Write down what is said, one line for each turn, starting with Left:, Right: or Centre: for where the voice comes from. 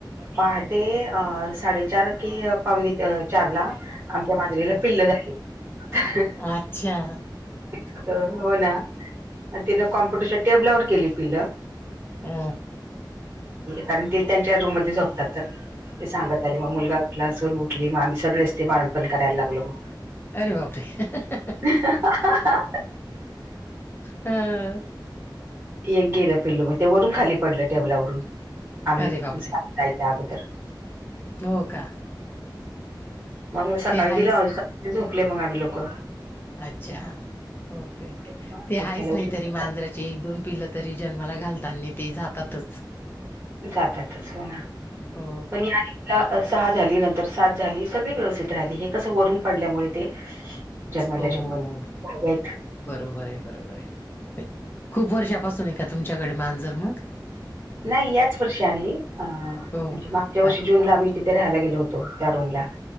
Right: पहाटे अ साडेचार ते पावन्ह त चार ला. आमच्या मांजरीला
Left: हं.
Right: पिल्ल झाले.
Left: अच्छा
Right: आ हो. ना तिन कॉम्प्युटरच्या टेबलावर केली. पिलं
Left: अ
Right: कारण ते त्यांच्या रूम मध्ये झोपतात. तर ते सांगत आले मग मुलगा उठला. असून उठली मग आम्ही सगळेच ते बाळणपण करायला लागलो. मग
Left: अरे बापरे
Right: हा. हा. हा.
Left: हं.
Right: एक गेलं पिल्लुमग ते वरून खाली पडलं. टेबलावरून आम्ही.
Left: अरे बापरे
Right: आयत आगगॊदर
Left: हो. का
Right: मग सकाळी
Left: ते हायच
Right: झोपले. मग आम्ही लोक.
Left: अच्छा. ओके. ओके
Right: उठायला
Left: ते आहेाच.
Right: उशीर
Left: नाही. तरी
Right: झाला.
Left: मांजराची एक दोन पिलं तरी जन्माला घालताना. ते जातातच.
Right: जातातच. हो ना
Left: हो
Right: पण या सहा झाली नंतर. सात झाली. सगळी व्यवस्थित राहिली हे कस वरून पडल्यामुळे ते जन्माला
Left: हो हो
Right: जन्माला.
Left: बरोबर आहे बरोबर आहे खूप वर्षापासून एक तुमच्याकडे मांजर मग
Right: नाही याच वर्षी आणली. अ म्हणजे.
Left: हो
Right: माग च्या वर्षी
Left: अ
Right: जूनला आम्ही तिथे राहायला गेलो होतो. त्या रूमला